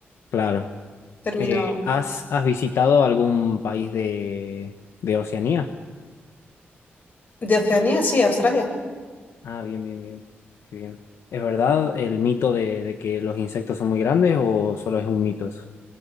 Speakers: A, on the left; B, on the left.
A: claro.
B: termino
A: Eh, ¿has, has visitado algún país de, de Oceanía?
B: de Oceanía, sí, Australia.
A: Ah, bien, bien, bien. Qué bien. ¿Es verdad el mito de, de que los insectos son muy grandes o solo es un mito eso?